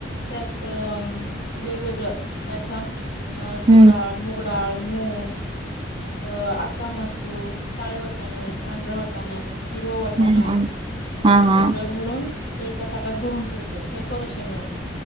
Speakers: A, on the left (about 65°); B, on the right (about 30°).
A: त्यात अ वेगवेगळं, काय सांग अ तुरडाळ
B: हम्म
A: मुगडाळ, मूग, अ आका मसूर, काळे भट्ट आणि पांढरंवटाणं, हिरव वटाणं,
B: हम्म हा
A: हे सगळं
B: हा
A: भरून ते, एका ताटात भरून ठेवते डेकोरेशन म्हणून,